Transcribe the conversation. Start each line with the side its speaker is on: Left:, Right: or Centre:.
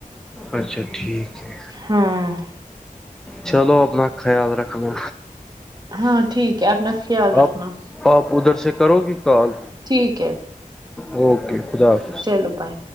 Centre: اچھا ٹھیک ہے
Right: ہاں
Centre: چلو اپنا خیال رکھنا
Right: ہاں ٹھیک ہے اپنا خیال رکھنا
Centre: آپ آپ ادھر سے کرو گی کال
Right: ٹھیک ہے
Centre: اوکے خدا حافظ
Right: لو پائے